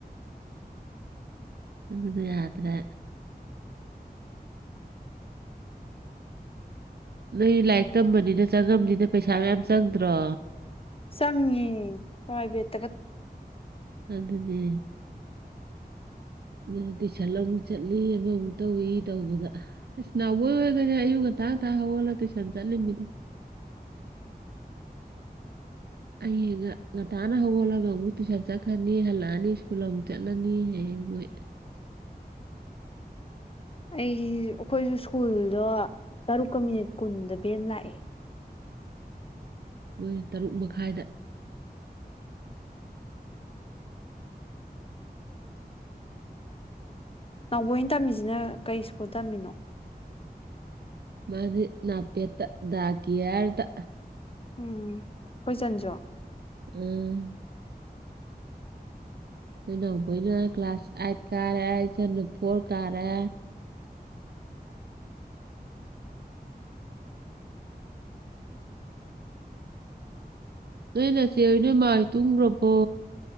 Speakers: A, on the right (about 75°); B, on the left (about 35°).
A: ꯑꯗꯨꯗꯤ ꯌꯥꯗ꯭ꯔꯦ ꯅꯣꯏ ꯂꯥꯏꯔꯤꯛ ꯇꯝꯕꯅꯤꯅ ꯆꯪꯉꯝꯅꯤꯗ ꯄꯩꯁꯥ ꯃꯌꯥꯝ ꯆꯪꯗ꯭ꯔꯣ
B: ꯆꯪꯉꯦ ꯄꯥꯏꯕꯦꯠ
A: ꯑꯗꯨꯅꯦ ꯑꯗꯨꯅꯤ ꯇꯨꯏꯁꯟ ꯑꯃꯨꯛ ꯆꯠꯂꯤ ꯑꯃꯃꯨꯛ ꯇꯧꯏ ꯇꯧꯕꯗ ꯏꯁ ꯅꯕꯣꯏ ꯍꯣꯏꯒꯗꯤ ꯑꯌꯨꯛ ꯉꯟꯇꯥ ꯉꯇꯥ ꯍꯧꯒꯠꯂꯒ ꯇꯨꯁꯟ ꯆꯠꯂꯤꯝꯅꯤꯗ ꯑꯩ ꯉ ꯉꯟꯇꯥꯅ ꯍꯧꯒꯠꯂꯒ ꯑꯃꯨꯛ ꯇꯨꯏꯁꯟ ꯆꯠꯈ꯭ꯔꯅꯤ ꯍꯜꯂꯛꯑꯅꯤ ꯁ꯭ꯀꯨꯜ ꯑꯃꯨꯛ ꯆꯠꯂꯅꯤ ꯍꯌꯦꯡ ꯃꯣꯏ
B: ꯑꯩ ꯑꯈꯣꯏꯖꯨ ꯁ꯭ꯀꯨꯜꯗꯣ ꯇꯔꯨꯛꯀ ꯃꯤꯅꯤꯠ ꯀꯨꯟꯗ ꯕꯦꯟ ꯂꯥꯛꯑꯦ
A: ꯃꯣꯏ ꯇꯔꯨꯛ ꯃꯈꯥꯏꯗ
B: ꯅꯥꯎꯕꯣꯏꯅ ꯇꯝꯃꯤꯖꯤꯅ ꯀꯩ ꯁ꯭ꯀꯨꯜ ꯇꯝꯃꯤꯅꯣ
A: ꯃꯗꯤ ꯅꯥꯄꯦꯠꯇ ꯗꯀꯤꯔꯇ
B: ꯎꯝ ꯈꯣꯏꯆꯟꯁꯨ
A: ꯎꯝ ꯑꯩꯈꯣꯏꯅꯥꯎꯕꯣꯏꯅ ꯀ꯭ꯂꯥꯁ ꯑꯥꯏꯠ ꯀꯥꯔꯦ ꯏꯆꯅꯨ ꯐꯣꯔ ꯀꯥꯔꯦ ꯅꯣꯏ ꯅꯆꯦ ꯅꯣꯏ ꯃꯥꯥꯏ ꯇꯨꯡꯈ꯭ꯔꯕꯣ